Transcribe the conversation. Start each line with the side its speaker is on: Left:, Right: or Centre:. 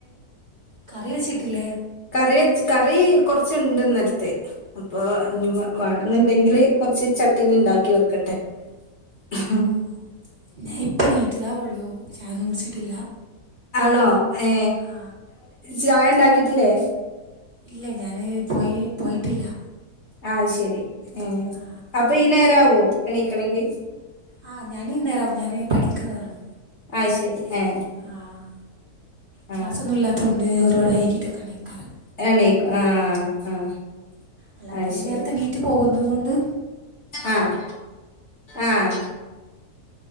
Right: കറി വേച്ചിട്ടില്ലേ
Left: കറിവെച് കറി കൊറച്ചുണ്ട് ഇന്നലത്തെ അപ്പൊ ഇനി
Right: ഓ
Left: വ വെണുന്നുണ്ടെങ്കില് കൊറച്ച് ചട്ടിണി ഉണ്ടാക്കി വെക്കട്ടെ ഉം
Right: ഓ, ഞാൻ ഇപ്പ എണീറ്റതാവൊള്ളൂ ചായൊന്നും കുടിച്ചിട്ടില്ല
Left: ഒ ഏ
Right: ആ
Left: ചായ ഉണ്ടാക്കിട്ടില്ലേ
Right: ഇല്ല ഞാന് പോയി പോയിട്ടില്ല
Left: ആഹ് അത്ശരി ഉം
Right: ആ
Left: അപ്പൊ ഈ നേരം ആവോ എണീക്കണങ്കി
Right: ആ ഹ് ഞാൻ ഈ നേരാവും ഞാനീ പഠിക്കുന്നതാണ്
Left: അത്ശരി ആഹ്
Right: അഹ് ക്ലാസ്
Left: ആഹ്
Right: ഒന്നും ഇല്ലാത്തൊണ്ട് ഒരുപാട് വൈകിട്ടോകെണിക്കാറ്
Left: എണീക്കു ആഹ് ആഹ്
Right: അല്ലാത്തരം
Left: അത് ശരി
Right: നേർത്തെ എണീറ്റ് പോവന്നുതൊണ്ട്
Left: ആഹ് ആഹ്